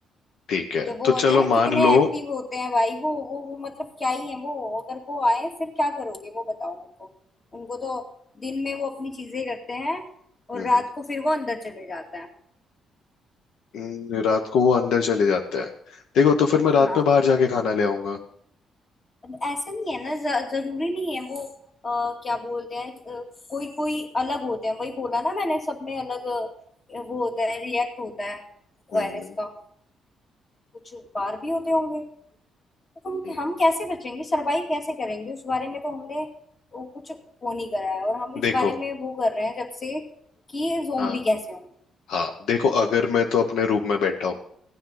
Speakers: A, on the left (about 80°); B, on the left (about 35°).
A: ठीक है
B: जो वो
A: तो
B: होते
A: चलो
B: हैं ना कितने
A: मान लो
B: एक्टिव होते हैं भाई वो वो वो मतलब क्या ही है वो अगर वो आए फिर क्या करोगे वो बताओ मेरे को उनको तो दिन में वो अपनी चीजें करते हैं और
A: हम्म,
B: रात को फिर वो अंदर चले जाते हैं
A: हम्म, रात को वो अंदर चले जाते हैं देखो तो फिर मैं रात
B: हाँ
A: में बाहर जाके खाना ले आऊंगा
B: अब ऐसा नहीं है ना ज- जरूरी नहीं है वो आ, क्या बोलते हैं अ, कोई कोई अलग होते हैं वही बोला ना मैंने सब में अलग अ, वो होता है रिएक्ट होता है वायरस
A: हम्म
B: का कुछ बाहर भी होते होंगे तो हम
A: हम्म।
B: हम कैसे बचेंगे सरवाइव कैसे करेंगे उस बारे में तो हमने वो कुछ वो नहीं करा है और हम इस
A: देखो
B: बारे में वो कर रहे हैं जब से कि ज़ोंबी
A: हाँ
B: कैसे होंगे
A: हाँ देखो अगर मैं तो अपने रूम में बैठा हूँ